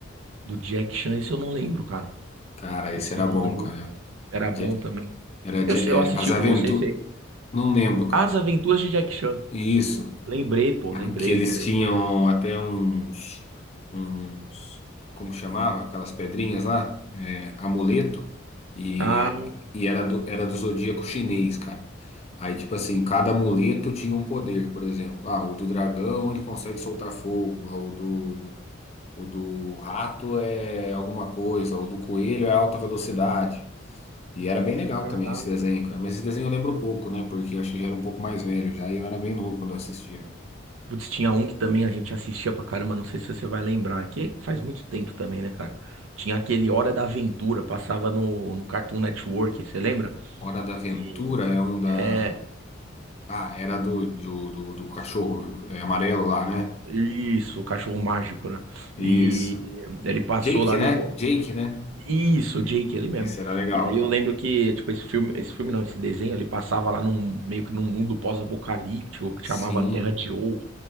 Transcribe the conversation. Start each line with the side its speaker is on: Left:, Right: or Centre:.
Right: Do Jack Chan, esse eu não lembro, cara.
Left: Cara,
Right: Esse
Left: esse era
Right: eu não
Left: bom,
Right: lembro.
Left: cara.
Right: Era
Left: Ja-
Right: bom também.
Left: Era
Right: Eu,
Left: Ja-
Right: sei,
Left: é,
Right: eu assisti
Left: As Aventuras.
Right: com você, esse aí.
Left: Não lembro, cara.
Right: As Aventuras de Jack Chan.
Left: Isso.
Right: Lembrei, pô, lembrei,
Left: que eles
Right: lembrei.
Left: tinham até uns, uns, como que chamava? Aquelas pedrinhas lá, é, amuleto, e,
Right: Ah,
Left: e era do, era do zodíaco chinês, cara. Aí, tipo assim, cada amuleto tinha um poder, por exemplo. Ah, o do dragão, ele consegue soltar fogo, ah, o do, o do rato é alguma coisa, o do coelho é alta velocidade. E era bem legal
Right: Caraca.
Left: também esse desenho, cara. Mas esse desenho eu lembro pouco, né? Porque eu acho que já era um pouco mais velho, já e eu era bem novo quando eu assistia.
Right: Putz, tinha um que também a gente assistia pra caramba, não sei se você vai lembrar, que faz muito tempo também, né, cara? Tinha aquele Hora da Aventura, passava no, no Cartoon Network, você lembra?
Left: Hora da Aventura
Right: Que
Left: é um da.
Right: é
Left: Ah, era do, do, do, do cachorro é, amarelo lá, né?
Right: isso, o cachorro mágico, né?
Left: Isso.
Right: E ele passou
Left: Jake,
Right: lá
Left: né?
Right: do
Left: Jake, né?
Right: isso, o Jake, ele mesmo.
Left: Esse era legal,
Right: E aí
Left: cara.
Right: eu lembro que, tipo, esse filme, esse filme não, esse desenho, ele passava lá num meio que num mundo pós-apocalíptico que
Left: Sim.
Right: chamava Terra de Ou.